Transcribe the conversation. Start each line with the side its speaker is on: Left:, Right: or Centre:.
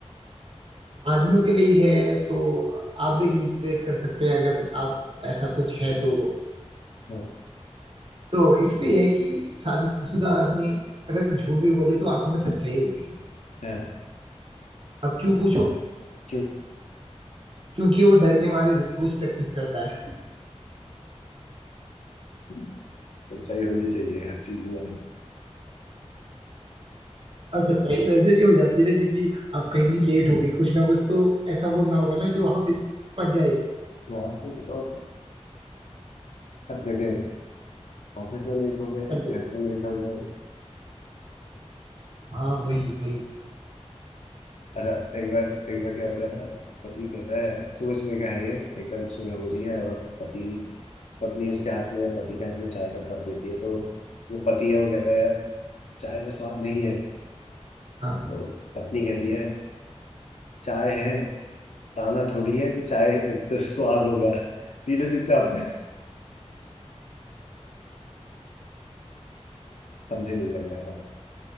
Right: आदमियों के लिए है तो आप भी रिलेट कर सकते हैं अगर आप ऐसा कुछ है तो
Left: हाँ
Right: तो इसमें यह है कि शादीशुदा आदमी अगर झूठ भी बोले तो आंखों में सच्चाई होती है
Left: हाँ,
Right: अब क्यों पूछो
Left: क्यों
Right: क्योंकि वो डर के मारे रोज प्रैक्टिस करता है
Left: <laughs> सच्चाई होनी चाहिए हर चीज में
Right: और सच्चाई वैसे भी हो जाती है ना क्योंकि अब कहीं लेट हो गई कुछ ना कुछ तो ऐसा बोलना होगा ना जो वहां पे पच जाए
Left: यहाँ पे और तो। हर जगह ऑफिस में लेट हो गए घर
Right: हर जगह
Left: पे लेट हो गए
Right: हाँ वही वही
Left: अच्छा एक बार एक बार क्या होता है ना पति कहता है सुबह सुबह का है ये एकदम सुबह हो रही है और पति पत्नी उसके हाथ में पति के हाथ में चाय का कप देती है तो जो पति है वो कहता है यार चाय में स्वाद नहीं है
Right: हाँ
Left: तो पत्नी कहती है चाय है ताना थोड़ी है जो चाय जो स्वाद होगा पी लो चुपचाप समझे नहीं लग रहा यार